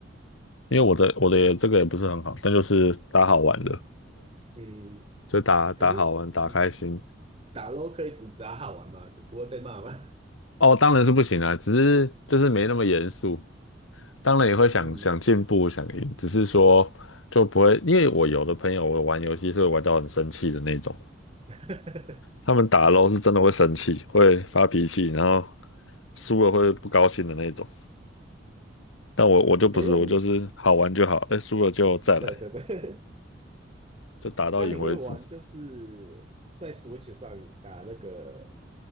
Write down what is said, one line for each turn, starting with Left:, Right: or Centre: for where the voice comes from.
Left: 因为我的我的也这个也不是很好，但就是打好玩的，
Right: 嗯，
Left: 就打打好玩，
Right: 可是只
Left: 打开心。
Right: 打 LO l 可以只打好玩吗？只不会被骂吗？
Left: 哦，当然是不行啊，只是就是没那么严肃。当然也会想想进步、
Right: <laughs> 嗯，
Left: 想赢，只是说就不会，因为我有的朋友我玩游戏是会玩到很生气的那种，
Right: <laughs>
Left: 他们打 LO 是真的会生气，会发脾气，然后输了会不高兴的那种。但我我就不是，
Right: 诶，那你
Left: 我就是好玩就好，哎，输了就再来，
Right: 对对对，
Left: 就打到赢为止。
Right: <laughs> 那你会玩就是在 Switch 上打那个